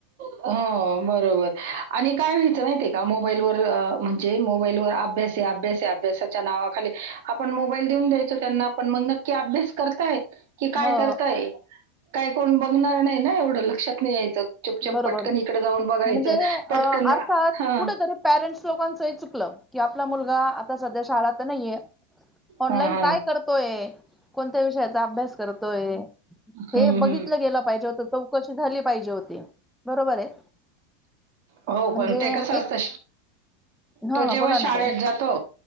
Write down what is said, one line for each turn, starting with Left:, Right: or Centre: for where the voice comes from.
Right: हो बरोबर आणि काय व्हायचं माहितीय का मोबाईलवर अ म्हणजे मोबाईलवर अभ्यास आहे अभ्यास. अभ्यासाच्या नावाखाली आपण मोबाईल देऊन द्यायचो त्यांना आपण मग नक्की अभ्यास करतायत. कि काय
Centre: हो
Right: करतायत काय कोण बघणार नाही ना एवढं लक्षात नाही यायचं. चुपचाप
Centre: बरोबर
Right: पटकन इकडे जाऊन बघायचं
Centre: म्हणजे अ,
Right: पटकन
Centre: अर्थात
Right: हा.
Centre: कुठेतरी पॅरेंट्स लोकांचही चुकलं की, आपला मुलगा आता सध्या शाळा तर नाहीये ऑनलान
Right: हां, हां.
Centre: काय. करतोय कोणत्या विषयाचा अभ्यास करतोय
Right: हं,
Centre: हे बघितलं
Right: हं.
Centre: गेलं पाहिजे होतं. चौकशी झाली पाहिजे होती. बरोबर आहे.
Right: हो
Centre: म्हणजे
Right: पण ते कसं असतं.
Centre: एक हां
Right: तो जेव्हा
Centre: हां बोला
Right: शाळेत
Centre: ना ताई.
Right: जातो